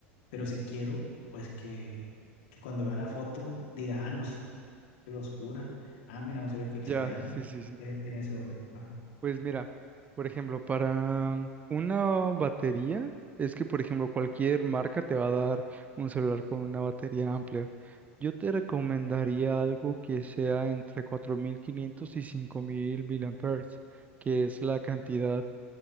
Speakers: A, on the left; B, on the right.
A: Pero si quiero, pues que, que cuando vea la foto diga, ah, no se ve oscura, ah, mira, no se ve pixeleada,
B: Ya, sí, sí, sí.
A: e- en ese orden. Ajá.
B: Pues mira, por ejemplo, para una batería, es que, por ejemplo, cualquier marca te va a dar un celular con una batería amplia. Yo te recomendaría algo que sea entre 4.500 y 5.000 miliamperes que es la cantidad